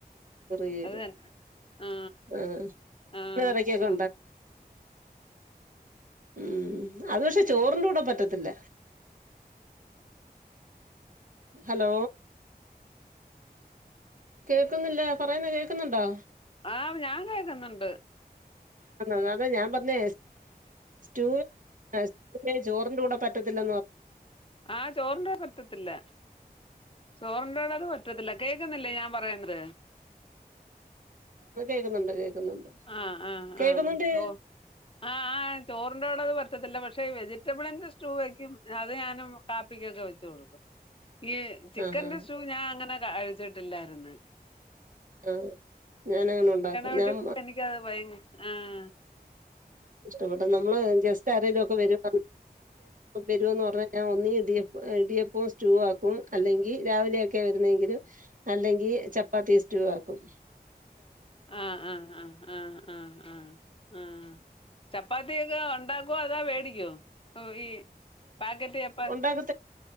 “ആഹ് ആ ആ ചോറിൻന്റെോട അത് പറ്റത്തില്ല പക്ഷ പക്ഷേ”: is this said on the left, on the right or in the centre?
Left